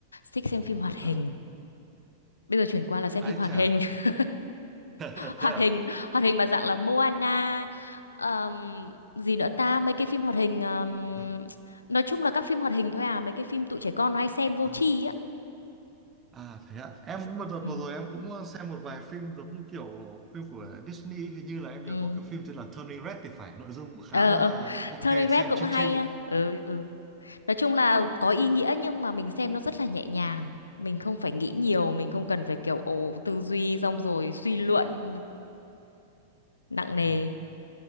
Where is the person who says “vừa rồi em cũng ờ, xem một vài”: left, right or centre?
Right